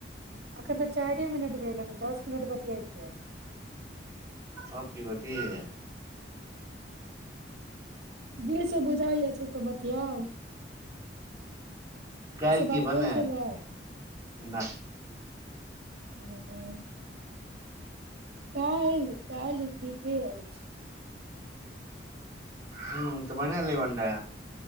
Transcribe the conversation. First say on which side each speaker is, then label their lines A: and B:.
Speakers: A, on the right; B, on the right.
A: एखन तऽ चारिए मिनट भेलन दस मिनट बतियाके
B: आ की बात है
A: जे सब बुझाइय से सब बतियाौ
B: कालल की
A: बात
B: बन
A: भेल छलै
B: न
A: ओ काल्हि काल्हि दीपे अछि
B: ह तऽ बन लेबनडा